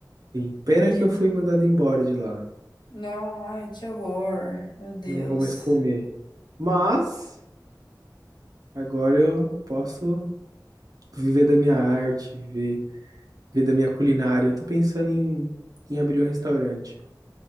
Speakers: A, on the right (about 55°); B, on the left (about 75°).
A: Sim, pena
B: Dita.
A: que eu fui mandado embora de lá.
B: Não, ai, que horror. Meu Deus.
A: Não vou mais comer. Mas agora eu posso viver da minha arte, viver, viver da minha culinária. Eu tô pensando em, em abrir um restaurante.